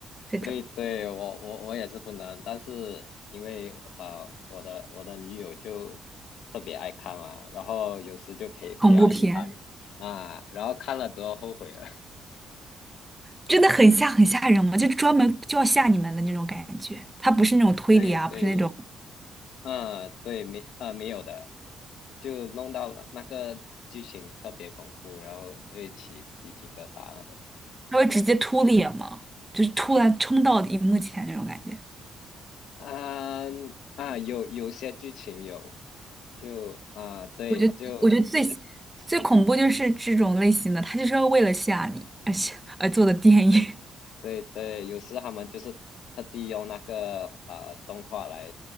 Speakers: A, on the right; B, on the left.
A: 这种
B: 对对，我我我也是不能，但是因为呃我的我的女友就特别爱看嘛，然后有时就陪陪她去看啊，
A: 恐怖片
B: 然后看了之后后悔了。<laughs>
A: 真的很吓很吓人嘛，就是专门就要吓你们的那种感觉。它不是那种推理啊，
B: 对对，
A: 不是那种
B: 嗯，对，没，呃，没有的，就弄到了那个剧情特别恐怖，然后就会起鸡皮疙瘩那种。
A: 它会直接突脸嘛，
B: <laughs>
A: 就是突然冲到荧幕前那种感觉。
B: 啊啊，有有些剧情有，就啊，对，
A: 我觉得，
B: 就你
A: 我觉得最最恐怖就是这种类型的，他就是要为了吓你而吓而做的电影，
B: 对对，有时他们就是特地用那个啊、呃动画来